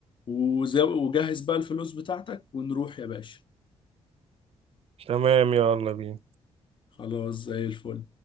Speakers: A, on the left (about 45°); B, on the right (about 55°).
A: وز- وجهز بقى الفلوس بتاعتك ونروح يا باشا
B: تمام يلا بينا
A: خلاص زي الفل